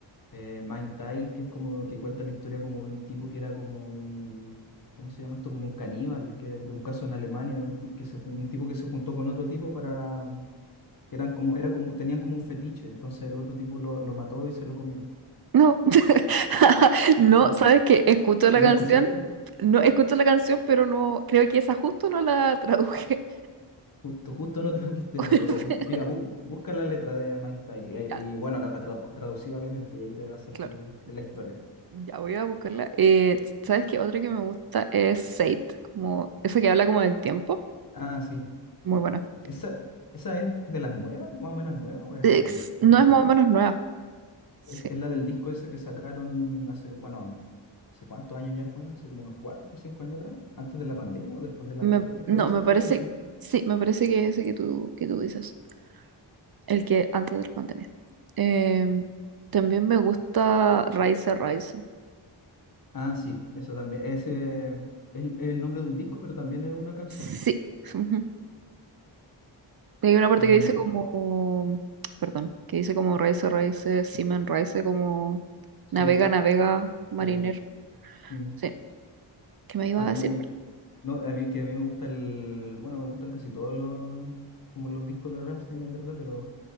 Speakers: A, on the left; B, on the right.
A: eh, Mind Tile, que es como que cuenta la historia como de un tipo que era como un, ¿cómo se llama esto? Como un caníbal, que de un caso en Alemania, de un, ti- que se, jun- un tipo que se juntó con otro tipo para, que eran como, era como, tenían como un fetiche, entonces el otro tipo lo, lo mató y se lo comió.
B: no, <laughs> no,
A: ¿No,
B: sabes que escucho la
A: no
B: canción,
A: escuchaste?
B: no escucho la canción, pero no, creo que esa justo no la traduje.
A: Justo, justo no <laughs> trajiste
B: <laughs>
A: esa, pero mm, mira, bu- busca la letra de Mind Tile y, ahí-
B: Ya,
A: y bueno, la tra- traducida obviamente, y ahí te va a salir
B: claro.
A: la historia.
B: Ya voy a buscarla. Eh, ¿sabes qué? Otra que me gusta es Sate, como esa que habla como del tiempo.
A: Ah, sí.
B: Muy buena.
A: Esa, esa es de las nuevas, más o menos nueva, o es
B: Ex-
A: antigua
B: no
A: nomás.
B: es más o menos nueva. Sí.
A: Es, es la del disco ese que sacaron hace, bueno, mm, hace cuántos años ya fue, hace como unos cuatro o cinco años atrás, antes de la pandemia o después de la
B: Me-
A: pandemia, creo
B: no,
A: que sacaron
B: me parece.
A: ese disco.
B: Sí, me parece que es ese que tú, que tú dices. El que antes de la pandemia. Em, también me gusta Rise Rise.
A: Ah, sí, eso también. Ese es el, el nombre de un disco, pero también es una canción.
B: Sí. ujú. Hay una parte
A: Y a
B: que
A: mí
B: dice
A: me gusta,
B: como. Perdón, que dice como Rise Rise, Seaman Rise, como
A: sí,
B: navega, navega, mariner.
A: a mí, mm,
B: Sí. ¿Qué me iba
A: a mí
B: a decir?
A: me gusta, no, a mí que a mí me gusta el, bueno, me gustan casi todos los, como los discos de Rammstein en verdad, pero